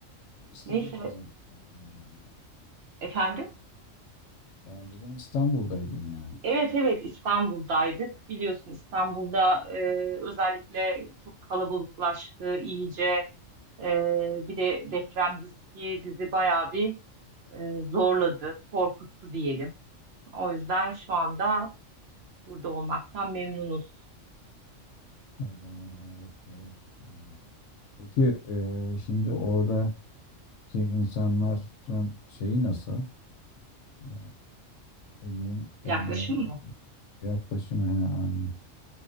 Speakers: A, on the left (about 70°); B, on the right (about 60°).
A: ya. İstanbul'dan
B: Neyse
A: oraya geldin yani.
B: efendim.
A: Daha önceden İstanbul'daydın yani.
B: Evet evet İstanbul'daydık. Biliyorsun İstanbul'da e, özellikle çok kalabalıklaştı iyice. E, bir de deprem riski bizi bayağı bir e, zorladı, korkuttu diyelim. O yüzden şu anda burada olmaktan memnunuz.
A: O zaman evet doğru. Aynen. Peki ee, şimdi oradaki insanlar şeyi nasıl? Ee, ne diyeyim
B: Yaklaşım
A: öyle
B: mı?
A: yaklaşımı he, aynen.